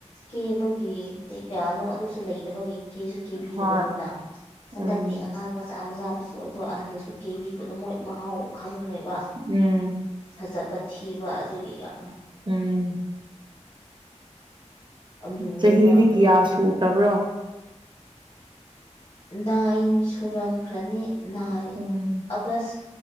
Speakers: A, on the left; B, on the right.
A: ꯀꯦꯕꯒꯤ ꯀꯩ ꯀ ꯑꯗꯨꯁꯨ ꯂꯩꯇꯕꯒꯤ ꯀꯦꯁꯨ ꯀꯦꯕꯤꯗꯕꯅꯤꯅ
B: ꯍꯣꯏ
A: ꯍꯟꯗꯛꯇꯤ
B: ꯎꯝ
A: ꯑꯉꯥꯡ ꯃꯆꯥ ꯃꯆꯥꯕꯁꯨ ꯑꯩꯈꯣꯏ ꯑꯍꯟꯗꯁꯨ ꯀꯦꯕꯤꯕꯗ ꯃꯣꯏ ꯃꯍꯥꯎ ꯈꯪꯈ꯭ꯔꯦꯕ
B: ꯎꯝ
A: ꯐꯖꯕ ꯊꯤꯕ ꯑꯗꯨꯒꯤ ꯌ
B: ꯎꯝ
A: ꯂꯨꯑꯦꯕ
B: ꯆꯍꯤꯗꯤ
A: ꯃꯣꯏꯕꯨ
B: ꯀꯤꯌꯥ ꯁꯨꯈ꯭ꯔꯕ꯭ꯔꯣ
A: ꯅꯥꯏꯟ ꯁꯨꯔꯝꯈ꯭ꯔꯅꯤ ꯅꯥꯏꯟ
B: ꯎꯝ
A: ꯑꯥꯒꯁ